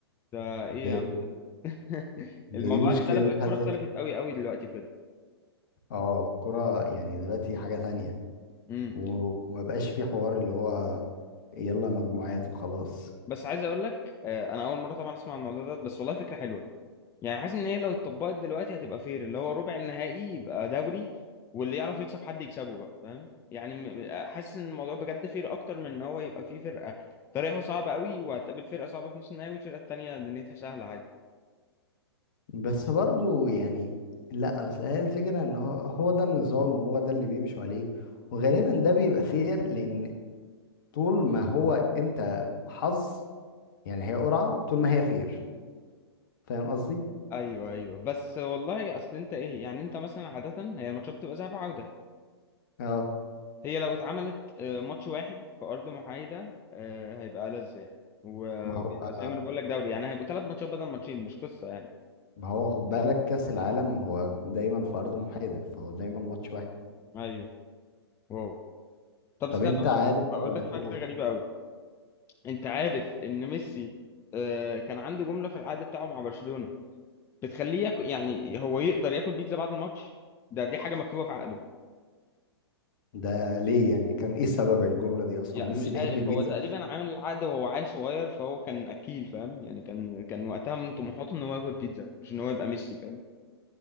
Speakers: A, on the left; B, on the left.
A: ده ايه
B: ده,
A: يا عم ده <laughs>
B: ده
A: الموضوع
B: دي مشكله
A: اختلف الكرة
B: في حد ذاتها
A: اختلفت قوي قوي دلوقتي بجد
B: اه الكره يعني دلوقتي حاجه تانية
A: امم
B: وما بقاش في حوار اللي هو يلا مجموعات وخلاص
A: بس عايز اقول لك آه، انا اول مرة طبعا اسمع عن الموضوع ده بس والله فكرة حلوة يعني حاسس ان هي لو اتطبقت دلوقتي هتبقى فير اللي هو ربع النهائي يبقى دوري واللي يعرف يكسب حد يكسبه بقى فاهم يعني م- حاسس ان الموضوع بجد فير اكتر من ان هو يبقى فيه فرقة طريقها صعبة قوي وهتقابل فرقة صعبة في نص النهائي والفرقة التانية دنيتها سهلة عادي
B: بس برضو يعني لا اصل هي الفكره ان هو هو ده النظام وهو ده اللي بيمشوا عليه وغالبا ده بيبقى فير لان طول ما هو انت حظ يعني هي قرعه طول ما هي فير فاهم قصدي
A: ايوه ايوه بس والله اصل انت ايه يعني انت مثلا عادة هي الماتشات بتبقى ذهاب وعودة
B: اه
A: هي لو اتعملت آه، ماتش واحد في ارض محايدة آه، هيبقى ألذ يعني و-
B: ما
A: ويبقى
B: هو
A: زي ما انا بقول لك دوري يعني هيبقوا ثلاث ماتشات بدل ماتشين مش قصة يعني
B: ما هو خد بالك كاس العالم هو دايما في ارض محايده فهو دايما ماتش واحد
A: ايوه واو طب
B: طب
A: استنى
B: انت
A: برضه
B: عارف
A: اقول لك فاكتة
B: قول
A: غريبة قوي انت عارف ان ميسي آه، كان عنده جملة في العقد بتاعه مع برشلونة بتخليه ياكل يعني هو يقدر ياكل بيتزا بعد الماتش ده دي حاجة مكتوبة في عقده
B: ده ليه يعني كان ايه سبب الجمله دي اصلا
A: يعني
B: هو ميسي
A: مش
B: بيحب
A: عارف
B: البيتزا
A: هو تقريبا عامل العقد وهو عيل صغير فهو كان اكيل فاهم يعني كان كان وقتها من طموحاته ان هو ياكل بيتزا مش ان هو يبقى ميسي فاهم